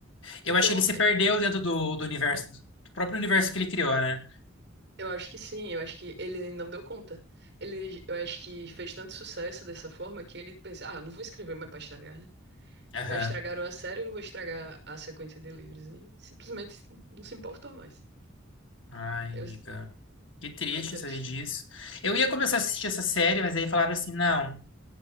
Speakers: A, on the right; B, on the left.
A: Então,
B: Eu acho que ele se
A: é,
B: perdeu dentro do, do universo, do próprio universo que ele criou, né?
A: eu acho que sim, eu acho que ele não deu conta. Ele, eu acho que fez tanto sucesso dessa forma que ele pensa, ah, não vou escrever mais pra estragar.
B: Aham.
A: Já estragaram a série, eu não vou estragar a sequência de livros. E simplesmente não se importou mais.
B: Ai,
A: Eu-
B: amiga. Que triste
A: Foi triste.
B: saber disso. Eu ia começar a assistir essa série, mas aí falaram assim: não,